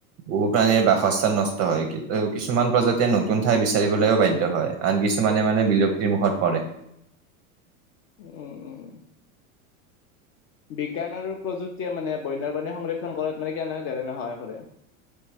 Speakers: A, on the right (about 35°); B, on the left (about 35°).
A: বহু প্ৰাণীৰ বাসস্থান নষ্ট হয়। কি-কিছুমান প্ৰজাতি নতুন ঠাই বিচাৰিবলৈও বাধ্য হয়। আন কিছু মমানে মানে বিলুপ্তিৰ মুখত পৰে।
B: উম উম। বিজ্ঞান আৰু প্ৰযুক্তিয়ে মানে বন্যপ্ৰাণী সংৰক্ষণ কৰাত মানে কেনেকৈ ধৰণে সহায় কৰে।